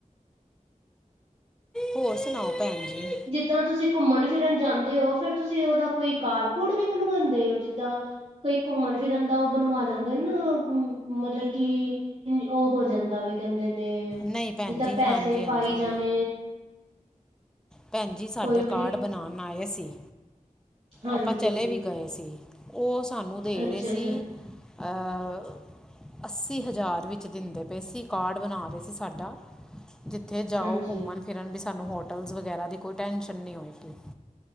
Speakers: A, in the centre; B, on the right (about 45°).
A: ਹੋਰ ਸੁਣਾਓ ਭੈਣ ਜੀ?
B: ਜਿੱਦਾਂ ਤੁਸੀਂ ਘੁੰਮਣ ਫਿਰਨ ਜਾਂਦੇ ਓ ਫੇਰ ਤੁਸੀਂ ਉਦਾ ਕੋਈ ਕਾਰਡ ਕੁਰਡ ਵੀ ਬਣਵਾਉਂਦੇ ਓ ਜਿੱਦਾਂ ਕੋਈ ਘੁੰਮਣ ਫਿਰਨ ਦਾ ਓ ਬਣਵਾ ਲੈਂਦੇ ਨਾ ਮਤਲਬ ਕਿ ਉਂਝ ਓ ਹੋ ਜਾਂਦਾ ਵੇ ਕੈਂਦੇ ਨੇ
A: ਨਹੀਂ ਭੈਣ
B: ਜਿੱਦਾਂ
A: ਜੀ
B: ਪੈਸੇ
A: ਹਾਂਜੀ
B: ਪਾਈ
A: ਹਾਂਜੀ
B: ਜਾਣੇ
A: ਭੈਣ ਜੀ ਸਾਡਾ
B: ਕੋਈ ਟ੍ਰਿਪ
A: ਕਾਰਡ ਬਣਾਉਣ ਆਏ ਸੀ,
B: ਹਾਂਜੀ
A: ਆਪਾਂ ਚਲੇ
B: ਹਾਂਜੀ
A: ਵੀ ਗਏ ਸੀ। ਓ ਸਾਨੂੰ ਦੇ
B: ਅੱਛਾ
A: ਰੇ
B: ਅੱਛਾ
A: ਸੀ ਅ ਅੱਸੀ ਹਜ਼ਾਰ ਵਿੱ ਚ ਦਿੰਦੇ ਪਏ ਸੀ ਕਾਰਡ ਬਣਾ ਰੇ ਸੀ ਸਾਡਾ, ਜਿੱਥੇ ਜਾਓ
B: ਹਾਂਜੀ
A: ਘੁੰਮਣ ਫਿਰਨ ਵੀ ਸਾਨੂੰ ਹੋਟਲਸ ਵਗੈਰਾ ਦੀ ਕੋਈ ਟੈਂਨਸ਼ਨ ਨੀ ਹੋਏਗੀ